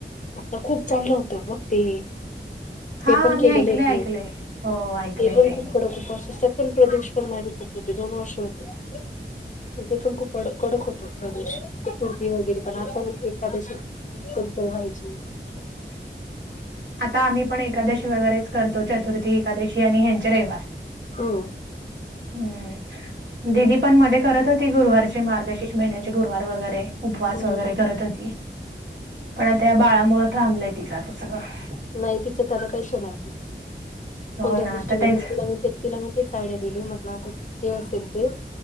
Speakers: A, on the left; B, on the right.
A: आता खूप चाललं होतं बग ते
B: हा
A: ते पण
B: मी
A: केलेले
B: ऐकलंय
A: येत
B: ऐकलंय.
A: मी
B: हो ऐकलंय
A: ते पण खूप
B: मी
A: कडक उपवास असतात पण प्रदूषण पण माझे खूप होते दोन वर्ष होते. पण ते पण खूप कडक कडक होतात प्रदेश चतुर्थी वगैरे पण आता नाय एखादशी कधीतरी व्हायची.
B: <inaudible> आता आम्ही पण एकादशी वगैरेच करतो चतुर्थी एकादशी आणि ह्यांचे रयवार
A: ओ
B: हम्म दिदी पण मध्ये करत होती गुरुवारचे मार्गशीश महिन्याचे गुरुवार वगैरे उपवास
A: हम्म
B: वगैरे
A: हम्म
B: करत होती पण आता या बाळा मुळ थांबलंय तिचं आता सगळं
A: नाही तिचं तर आता काहीच होणार नाय कोणत्याच
B: हो ना
A: गोष्टी
B: आता
A: घडल्यावर
B: तेच
A: तिला मी ते तिला मी तीच आयडिया दिली म्हटलं आता जे असेल ते